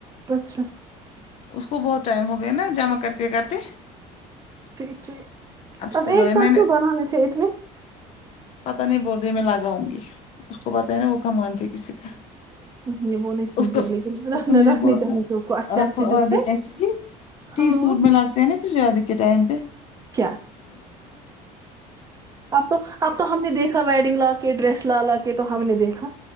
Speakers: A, on the right; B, on the left.
A: اچھا
B: اس کو بہت ٹائم ہو گیا نا جمع کر کے کرتے
A: ٹھیک ٹھیک
B: سلائی
A: اب ایک ساتھ
B: میں نے
A: کیوں بنانے تھے اتنے
B: پتا نہیں بول ری میں لگاؤں گی اس کو پتا ہے نا وہ کا مانتی ہے کسی کا
A: نہیں وہ نہیں سنتی
B: اس کو
A: ہے لیکن
B: اس
A: رکھنا
B: کو میں نے
A: رکھنے
B: بولا
A: چاہیے
B: تھا
A: تھے اس کو اچھے اچھے
B: رکھ وادے
A: جو تھے
B: ایسے ہی ٹی
A: ہاں
B: سوٹ میں لاتے ہیں نا شادی کے ٹائم پہ
A: کیا اب تو اب تو ہم نے دیکھا ویڈنگ لا کے ڈریس لا لا کے تو ہم نے دیکھا